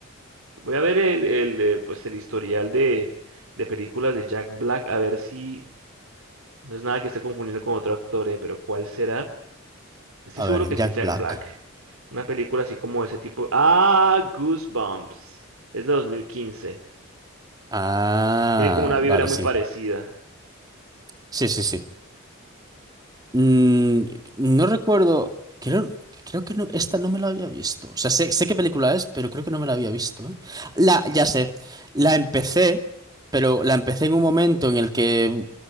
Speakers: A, on the right; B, on the right.
A: Voy a ver el, el, eh, pues el historial de, de películas de Jack Black, a ver si no es nada que esté confundiendo con otro actor, eh, pero ¿cuál será? Estoy
B: A
A: seguro
B: ver,
A: que
B: Jack
A: sí es Jack
B: Black.
A: Black. Una película así como ese tipo. Ah, Goosebumps. Es de dos mil quince
B: Ah,
A: Tiene como una vibra
B: vale,
A: muy
B: sí.
A: parecida.
B: Sí, sí, sí. Mm, no recuerdo, creo, creo que no, esta no me la había visto. O sea, sé, sé qué película es, pero creo que no me la había visto, ¿eh? La, ya sé, la empecé, pero la empecé en un momento en el que